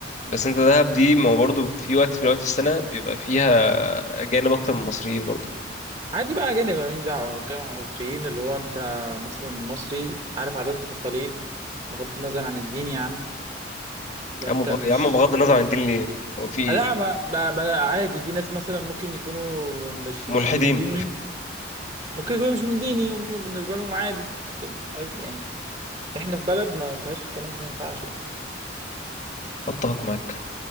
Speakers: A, on the left; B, on the right.
A: بس انت دهب دي ما هو برضه في وقت في وقت في السنه بيبقى فيها اجانب اكتر من المصريين برضه
B: عادي بقى أجانب أنا ماليش دعوة أنا بتكلم عن المصريين اللي هو أنت مثلا مصري عارف عادات وتقاليد بغض النظر عن الدين يا عم فأنت
A: يا عم بغ...
B: مش
A: يا عم بغض النظر
B: آه،
A: عن الدين ليه هو في
B: لا ما ما ما أنا عادي دي ناس مثلا ممكن يكونوا مش
A: ملحدين
B: مش من ديني ممكن يكونوا مش من ديني هم بالنسبة لهم عادي لكن أنا يعني إحنا في بلد ما فيهاش الكلام ده ما ينفعش يعني
A: اتفق معاك